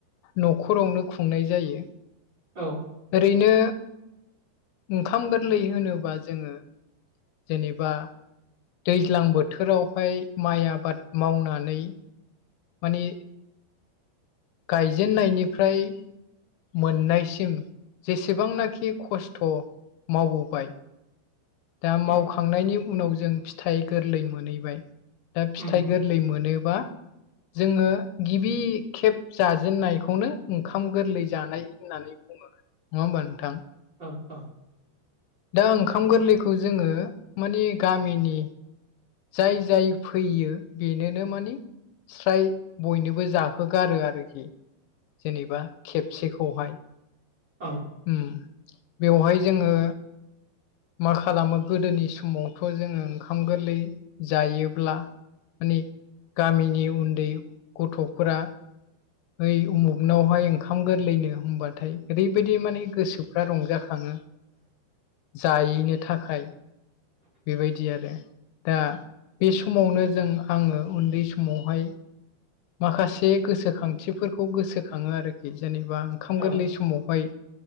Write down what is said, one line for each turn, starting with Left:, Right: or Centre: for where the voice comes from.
Left: न'खरावनो खुंनाय जायो
Right: औ
Left: ओरैनो ओंखाम गोरलै होनोबा जोङो जेनेबा दैज्लां बोथोरावहाय माइ आबाद मावनानै मानि गायजेननायनिफ्राय मोननायसिम जेसेबांनाखि खस्थ' मावबोबाय दा मावखांनायनि
Right: उम
Left: उनाव जों फिथाइ गोरलै मोनहैबाय दा फिथाइ
Right: उम
Left: गोरलै मोनोबा जोंङो गिबि खेब जाजेननायखौनो ओंखाम गोरलै जानाय होननानै बुङो नङा होमबा नोंथां
Right: औ औ
Left: दा ओंखाम गोरलैखौ जोंङो माने गामिनि जाय जाय फैयो बेनोनो मानि स्राय बयनोबो जाहोगारो आरोखि जेनेबा खेबसेखौहाय
Right: औ
Left: उम बेवहाय जोङो मा खालामो गोदोनि समावथ' जोङो ओंखाम गोरलै जायोब्ला माने गामिनि उन्दै गथ'फोरा ओइ उमुगनावहाय ओंखाम गोरलैनो हबाथाय ओरैबायदि माने गोसोफ्रा रंजाखाङो जायनो थाखाय बेबायदि आरो दा बे समावनो जों आंङो उन्दै समावहाय माखासे गोसोखांथिफोरखौ गोसोखाङो आरोखि जेनेबा ओंखाम
Right: औ
Left: गोरलै समावहाय